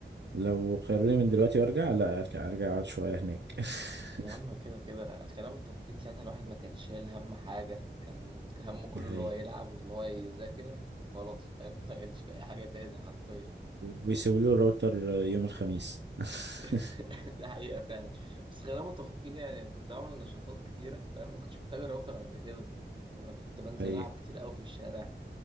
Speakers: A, on the right (about 70°); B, on the right (about 25°).
A: لو خيروني من دلوقتي وارجع لا ارجع ارجع اقعد شويه هناك <laughs>
B: يا عم كده كده خلينا متفقين ساعتها الواحد ما كانش شايل هم حاجة كان همه كله
A: ده حقيقي
B: اللي هو يلعب وإن هو يذاكر وخلاص فاهم <laughs> ما كانش في أي حاجة تاني حرفيا
A: ويسيبوا لي الراوتر يوم الخميس <laughs>
B: <laughs> دي حقيقة فعلا بس خلينا متفقين يعني أنا كنت بعمل نشاطات كتيرة فاهم ما كنتش محتاج الراوتر قد كده يعني أنا كنت بنزل
A: اي
B: ألعب كتير أوي في الشارع